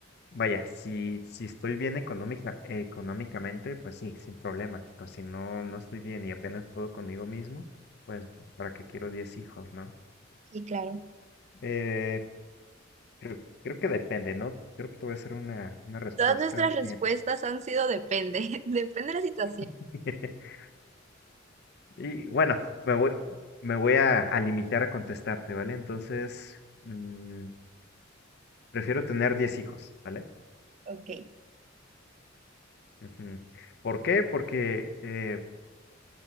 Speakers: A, on the left (about 55°); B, on the right (about 35°).
A: vaya, si, si estoy bien económica, económicamente, pues sí, sin problema, pero si no, no estoy bien y apenas puedo conmigo mismo, pues para qué quiero 10 hijos, ¿no?
B: Sí, claro.
A: Eh, creo, creo que depende, ¿no? Creo que te voy a hacer una, una respuesta.
B: Todas nuestras respuestas
A: eh,
B: han sido depende, <laughs> depende de la situación.
A: <laughs> Y bueno, me voy, me voy a, a limitar a contestarte, ¿vale? Entonces, mm, prefiero tener 10 hijos, ¿vale?
B: Ok.
A: Ujú. ¿Por qué? Porque, eh,